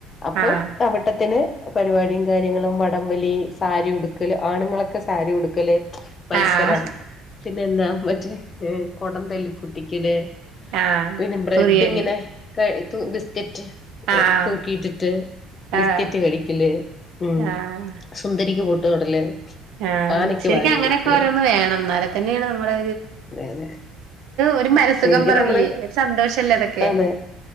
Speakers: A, on the left; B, on the right.
A: അപ്പൊ
B: ആഹ്
A: അവിട്ടത്തിന് പരിപാടിയും കാര്യങ്ങളും വടംവലി സാരി ഉടുക്കല് ആണുങ്ങളൊക്കെ സാരി ഉടുക്കല് മത്സരം
B: ആഹ്
A: പിന്നെന്താ മറ്റേ കുടം തല്ലിപ്പൊട്ടിക്കല്
B: ആഹ്
A: പിന്നെ ബ്രെഡ്
B: ഉറിയടി
A: ഇങ്ങനെ കഴ് തൂ ബിസ്കറ്റ്
B: ആഹ്
A: തൂക്കിട്ടിട്ട് ബിസ്കറ്റ്
B: ആഹ്
A: കഴിക്കല് ഉം
B: ആഹ്
A: സുന്ദരിക്ക് പൊട്ട് തൊടല്
B: ആഹ്
A: ആനക്ക്
B: ശരിക്കും
A: വാൽ
B: അങ്ങനെയൊക്കെ
A: വരക്കല്
B: ഓരോന്ന് വേണം എന്നാലെ തന്നെയാണ് നമ്മടെ
A: അതെ
B: ഒരു മനസുഖം
A: ശരിക്കും
B: പറഞ്ഞില്ലേ
A: നമ്മുടെ
B: ഒരു സന്തോഷല്ലേ അതൊക്കെ
A: അതെ